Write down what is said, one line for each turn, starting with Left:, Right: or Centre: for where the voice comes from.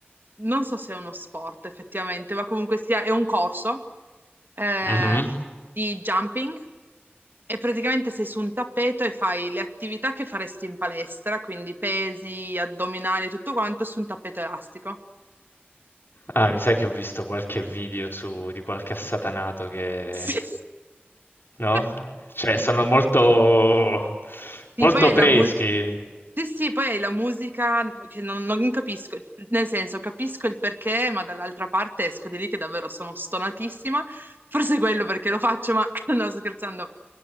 Right: non so se è uno sport effettivamente, ma comunque sia, è un corso eh,
Left: Mhm.
Right: di jumping e praticamente sei su un tappeto e fai le attività che faresti in palestra, quindi pesi, addominali e tutto quanto su un tappeto elastico.
Left: Ah, mi sa che ho visto qualche video su, di qualche assatanato che...
Right: Sì.
Left: No?
Right: <laughs>
Left: Cioè, sono molto,
Right: Sì,
Left: molto
Right: poi hai
Left: presi.
Right: la musica. Sì, sì, poi hai la musica che non, non capisco, nel senso capisco il perché, ma dall'altra parte esco di lì che davvero sono stonatissima, forse è quello perché lo faccio, ma <laughs> <clears throat> no, sto scherzando,